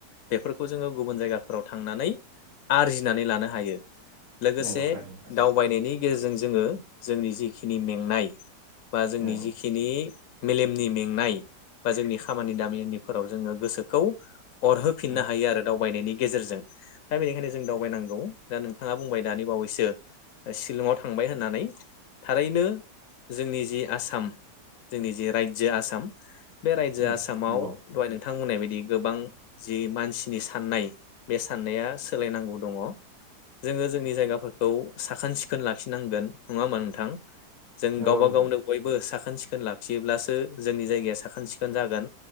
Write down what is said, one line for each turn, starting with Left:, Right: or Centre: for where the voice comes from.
Left: बेफोरखौ जोङो गुबुन जायगाफोराव थांनानै आरजिनानै लानो हायो लोगोसे
Right: नंगौ थारैनो नोंथां
Left: दावबायनायनि गेजेरजों जोङो जोंनि जिखिनि में नाय बा जोंनि
Right: नंगौ
Left: जिखिनि मेलेमनि मेंनाय बा जोंनि खामानि दामिनिफोराव जोङो गोसोखौ अरहोफिननो
Right: उम
Left: हायो आरो दावबायनायनि गेजेरजों दा बेनिखायनो जों दाव बायनांगौ दा नोंथाङा बुंबाय दानि बावैसो शिलंआव थांबाय होननानै थारैनो जोंनि जि आसाम जोंनि जि राज्यो आसाम बे रायजोआ
Right: उम
Left: आसामाव
Right: नंगौ
Left: दहाय नोंथां थां बुंनाय बायदि गोबां जि मानसिनि साननाय बे साननाया सोलायनांगौ दङ जोङो जोंनि जायगाफोरखौ साखोन-सिखोन लाखिनांगोन नङा होमबा नोंथां? जों
Right: नंगौ
Left: गावबा
Right: नोंथां
Left: गावनो बयबो साख खोन-सिखोन लाखियोब्लासो जोंनि जायगाया साखोन-सिखोन जागोन